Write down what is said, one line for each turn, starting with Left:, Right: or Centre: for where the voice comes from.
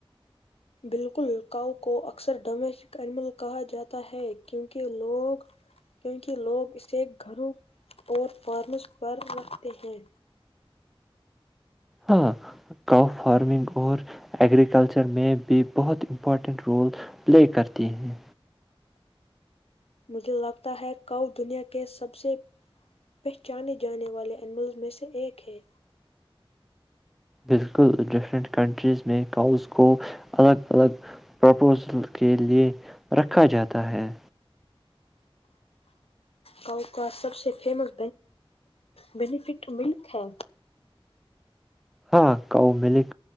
Left: بالکل کااؤ کو اکثر ڈومیسٹک ایمل کہا جاتا ہے کیونکہ لوگ کیونکہ لوگ اسے گھروں اور فارمس پر رکھتے ہیں
Centre: ہاں کاؤ فارمنگ اور ایگررییکلچر میں بھی بہت امپورٹنٹ رول پلے کرتی ہیں
Left: مجھے لگتا ہے کاؤ دنیا کے سب سے پہچانے جانے والے اینیملز میں سے ایک ہے
Centre: بالکل ڈفرنٹ کنٹریز میں کاؤز کو الگ الگ پرپوزل کے لے رکھا جاتا ہے
Left: کاؤ کا سب سے فیمس بینیفٹ ملک ہے
Centre: ہاں کاؤ ملک